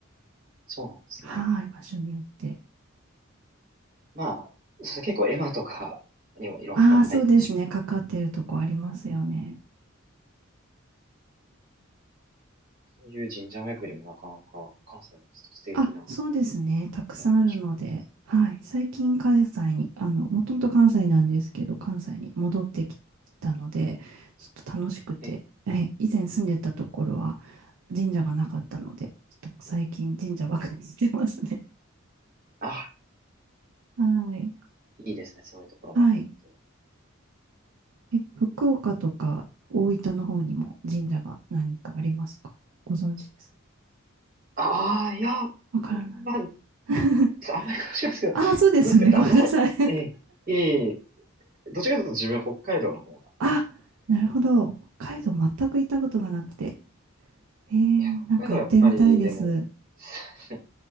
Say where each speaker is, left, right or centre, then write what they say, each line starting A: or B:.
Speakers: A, on the right (about 45°); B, on the right (about 75°).
A: そうなんですね。
B: はい、場所によって。
A: まあ、それ結構絵馬とかにもいろんなの書いてたりしますね。
B: ああ、そうですね、かかってるとこありますよね。
A: そういう神社巡りもなかなか関西ですと素敵な
B: あ、そうですね。たくさんあるので、
A: えー場所が。
B: はい。最近関西に、あの、もともと関西なんですけど、関西に戻ってきたので、ちょっと楽しくて、
A: え、
B: え、以前住んでたところは神社がなかったので、ちょっと最近神社ばかりにしてますね。
A: あ、
B: <laughs> はい。
A: いいいですね。そういうところ巡るっていう。
B: はい。え、福岡とか大分の方にも神社が何かありますかご存知ですか
A: ああ、いや、
B: わからない。
A: うんまあ、
B: <laughs>
A: あんまり詳しくないですけど、
B: あ、
A: ど
B: そうですよね。
A: うですか、ダサい。
B: ごめんなさい。<laughs>
A: ええ、いえいえ、どっちらかというと自分北海道の方なんで。
B: あ、なるほど。北海道全く行ったことがなくて。えー、
A: いや、
B: なんか行ってみたいです。
A: 北海道はやっぱり、でも、<laughs> 北